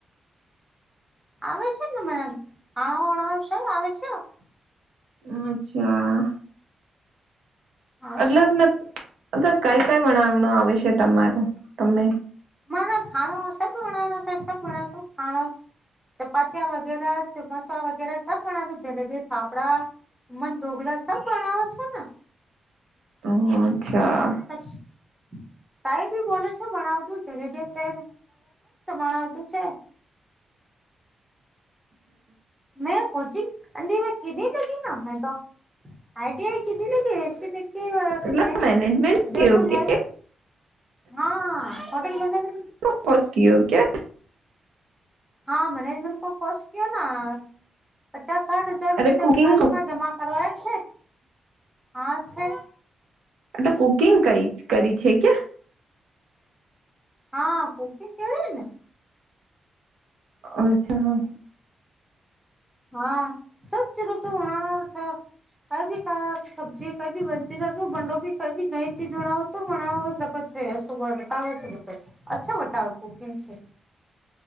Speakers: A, in the centre; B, on the right.
A: <unintelligible>
B: અચ્છા.
A: હા સર
B: એટલે કઈ કઈ બનાવું આવે છે તમારું તને.
A: મને ખાણો સબ <unintelligible> ખાણો ચપાતિયા વગેરે સમોસા વગેરે સબ બણા <unintelligible> જલેબી ફાફડા મન ઢોગળા સબ બણાવો છો ને.
B: ઓ અચ્છા.
A: <inaudible> કઈ બી બોલો છો બણાવું જલેબી છે <unintelligible> છે મેં પછી <unintelligible> મેં તો આઈટી કધી ને કે રેસીપી <unintelligible>
B: એટલે મેનેજમેન્ટ
A: ઉદયપુર
B: કયો કે
A: જઈ હા હોટલ બંધા
B: કોસ કયો <unintelligible>
A: હા મેનેજમેન્ટ કોસ કીયોના ના પચાસ સાઠ હ હજાર રૂપિયા
B: અરે કુકિંગ
A: ફસ્ટમાં જમા કરવાયા છે, હા છે.
B: આટ કુકિંગ ક કરી છે કે.
A: હા, કુકિંગ કરીને.
B: અચ્છા.
A: હા સબ ચર <unintelligible> કઈ ભી કા સબ્જીી કઈ ભી મંચ બંડો કઈ નઈ ચીજ બનાવો <unintelligible> બતાવે છે અછો કુકિંગ છે.